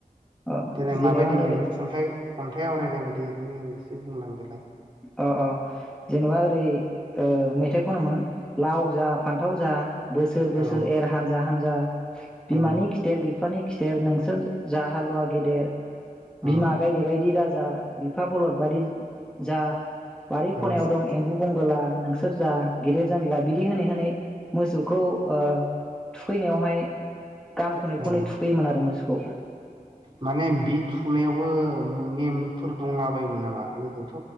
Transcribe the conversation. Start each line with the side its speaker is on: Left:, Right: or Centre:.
Centre: अ
Right: देलाय
Centre: जेनेबा
Right: माबायदि मोन
Centre: ओरै
Right: खन्थाइ खन्थाइ आवरायनाय बायदि ओरैनो। एसे बुंलांदोलाय।
Centre: अ अ जेनेबा ओरै ओ मेथाइ खनमोन लाव जा फान्थाव जा बोसोर बोसोर
Right: औ
Centre: एर हानजा हानज जा बिमानि
Right: औ
Centre: खिथेर बिफानि खिथ देर नोंसोर जा हालुवा गेदेर बिमा
Right: औ
Centre: गायदे बायदि दाज जा बिफा बलद बादि जा बारि
Right: औ
Centre: खनायाव दं एम्बु बंगोला नोंस सेरजा गेदेर जानांगिला बिदि होनै होनै मोसौखौ ओ थुखैनायावहाय गान खनै खनै
Right: औ
Centre: थुखैयोमोन आरो मोसौ औ।
Right: माने बि थुनायावबो मो नेमफोर दंलाबायोमोन नामा गोदोथ'